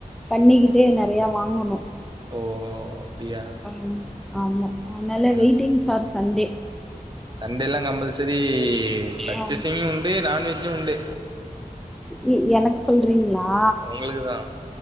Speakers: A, in the centre; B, on the right (about 30°).
A: பண்ணிக்கிட்டு நெறயா வாங்கணு
B: ஓ அப்டியா
A: ம் ஆமா ஆனால
B: ம்
A: வெயிட்டிங் ஃபார் சண்டே
B: சண்டேல்லா கம்பல்சரி பர்ச்சேசிங்கு
A: ஆ
B: உண்டு நான் வெஜ்ஜு உண்டு
A: இ எனக்கு சொல்றீங்ளா
B: உங்களுக்கு தா